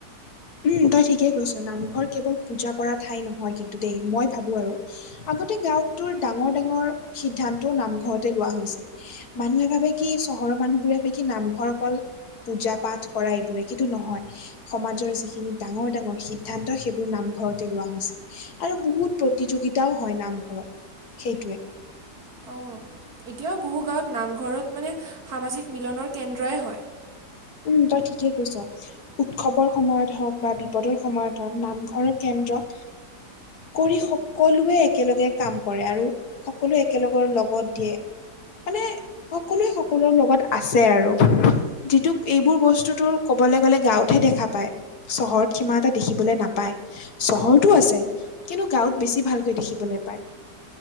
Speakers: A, on the left; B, on the right.
A: উম, তই ঠিকেই কৈছ নামঘৰ কেৱল পূজা কৰা ঠাই নহয় কিন্তু দেই মই ভাবো আৰু। আগতে গাঁওত তুৰ ডাঙৰ -ডাঙৰ সিদ্ধান্তও নামঘৰতে লোৱা হৈছিল। মানুহে ভাবে কি চহৰৰ মানুহ বোৰে ভাবে কি নামঘৰ অকল পূজা- পাঠ কৰা এইবোৰে কিন্তু নহয় সমাজৰ যি <unintelligible> ডাঙৰ- ডাঙৰ সিদ্ধান্ত সেইবোৰ নামঘৰতে লোৱা হৈছিল। আৰু বহুত প্ৰতিযোগিতাও হয় নামঘৰত সেইটোৱে।
B: অ, এতিয়াও বহু গাঁৱত নামঘৰত মানে সামাজিক মিলনৰ কেন্দ্ৰই হয়।
A: উম, তই ঠিকেই কৈছ উৎসৱৰ সময়ত হওঁক বা বিপদৰ সময়ত হওঁক নামঘৰৰ কেন্দ্ৰ কৰি সকলোৱে একেলগে কাম কৰে আৰু সকলোৱে একেলগৰ লগত দিয়ে মানে সকলোৱে- সকলোৰ লগত আছে আৰু। টোপ এইবোৰ বস্তু তোৰ ক'বলে গ'লে গাঁৱতহে দেখা পায় চহৰত সীমান এটা দেখিবলৈ নাপায়। চহৰতো আছে কিন্তু গাঁৱত বেছি ভালকৈ দেখিবলৈ পায়।